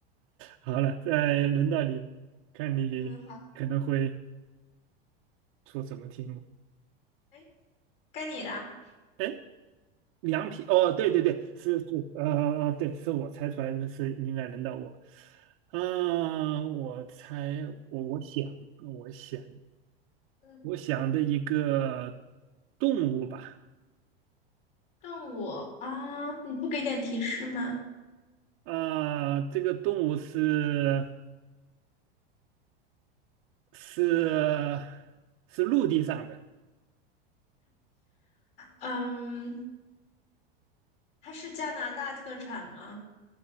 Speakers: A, on the right (about 60°); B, on the left (about 65°).
A: 好了，再轮到你，看你可能会
B: 嗯，好，
A: 出什么题目。
B: 哎，该你啦。
A: 哎凉皮哦，对对对，是是，呃，对，是我猜出来的是应该轮到我，啊、我猜我我想我想
B: 嗯，
A: 我想的一个动物吧，
B: 动物啊，你不给点提示吗？
A: 啊、这个动物是是是陆地上的
B: 嗯，它是加拿大特产吗？